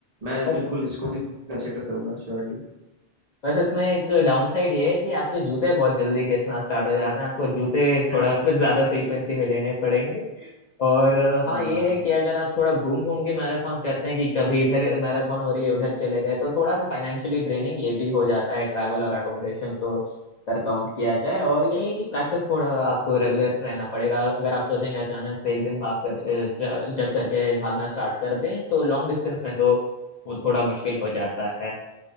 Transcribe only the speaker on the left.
हाँ,
बस
बस इसमें एक डाउन साइड ये है कि आपके जूते बहुत जल्दी घिसना स्टार्ट हो जाते हैं आपको जूते थोड़ा
फिर ज्यादा फ्रीक्वेंसी में लेने पड़ेंगे और अ, हाँ
ये है कि अगर आप थोड़ा घूम घूम के मैराथन करते हैं कि कभी इधर मैराथन हो रही है उधर चले गए तो थोड़ा सा फाइनेंशियली ड्रेनिंग ये भी हो जाता है ट्रैवल और अकोमोडेशन को अगर काउंट किया जाए और यही है कि प्रैक्टिस थोड़ा आपको रेगुलर रहना पड़ेगा अगर आप सोचेंगे अचानक से एक दिन भाग कर अ, ज- जग करके भागना स्टार्ट कर दें तो लॉन्ग डिस्टेंस में तो वो थोड़ा मुश्किल हो जाता है